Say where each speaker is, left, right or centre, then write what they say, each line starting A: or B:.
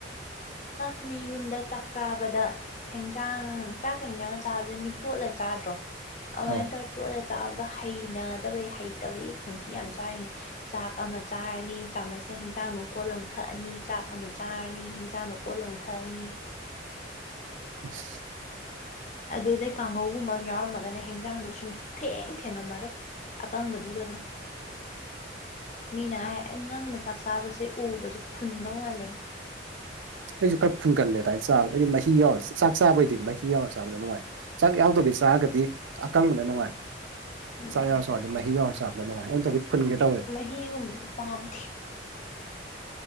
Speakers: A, on the left; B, on the right.
A: ꯅ ꯃꯤ ꯌꯨꯝꯗ ꯆꯥꯛ ꯆꯥꯕꯗ ꯍꯦꯟꯖꯥꯡ ꯆꯥꯛ ꯌꯦꯦꯟꯖꯥꯡꯒ ꯆꯥꯕꯁꯦ ꯃꯤ ꯇꯣꯠꯂ ꯆꯥꯗ꯭ꯔꯣ ꯑꯗꯨꯃꯥꯏꯅ
B: ꯑꯧ
A: ꯇꯧꯔ ꯇꯣꯠꯂ ꯆꯥꯕꯗꯣ ꯍꯩꯅꯗꯕ ꯍꯩꯇꯕꯒꯤ ꯈꯣꯟꯊꯤ ꯌꯥꯝ ꯆꯥꯔꯤꯅꯦ ꯆꯥꯛ ꯑꯃ ꯆꯥꯔꯅꯤ ꯆꯥꯃꯁꯁꯦ ꯍꯤꯟꯖꯥꯡ ꯅꯨꯡꯈꯣꯠꯂ ꯊꯛꯑꯅꯤ ꯆꯥꯛ ꯑꯃ ꯆꯥꯔꯅꯤ ꯍꯤꯟꯖꯥꯡ ꯄꯂꯣꯡꯊꯅꯤ
B: ꯑꯁ
A: ꯑꯗꯨꯗꯩ ꯀꯥꯡꯍꯧ ꯒꯨꯝꯕ ꯑꯃ ꯌꯥꯎꯔꯝꯃꯒꯅ ꯍꯦꯟꯖꯥꯡꯗꯣ ꯁꯨꯡ ꯊꯦꯡ ꯊꯦꯡꯉꯝꯃꯔꯣꯏ ꯑꯀꯪꯕꯗꯨꯒ ꯑꯗꯨꯝ ꯃꯤꯅ ꯍꯥꯏ ꯑꯩ ꯅꯪꯅ ꯆꯥꯛ ꯆꯥꯕꯁꯦ ꯎꯕꯁꯦ ꯐꯨꯟꯗꯧ ꯃꯥꯜꯂꯦ
B: ꯑꯩꯁꯨ ꯈꯔ ꯐꯨꯟꯒꯜꯂꯦ ꯑꯗꯨꯃꯅ ꯆꯥ ꯑꯩꯗꯤ ꯃꯍꯤ ꯌꯥꯎꯔ ꯆꯥꯛ ꯆꯥꯕꯩꯗꯤ ꯃꯍꯤ ꯌꯥꯔ ꯆꯥꯕꯅ ꯅꯨꯡꯉꯥꯏ ꯆꯥꯛ ꯌꯥꯎꯗꯕꯤ ꯆꯥꯔꯒꯗꯤ ꯑꯀꯪꯕꯅ ꯅꯨꯡꯉꯥꯏ
A: ꯎꯝ
B: ꯆꯥꯛ ꯌꯥꯎꯔꯁꯨ ꯋꯥꯠꯅꯤ ꯃꯍꯤ ꯌꯥꯎꯔꯁꯨ ꯁꯥꯠꯗꯅ ꯉꯥꯏ ꯑꯗꯨꯝꯇꯗꯤ ꯐꯨꯟꯒꯦ ꯇꯧꯋꯦ
A: ꯐꯔꯤꯒꯨꯝꯕꯗꯣ ꯄꯥꯝꯗꯦ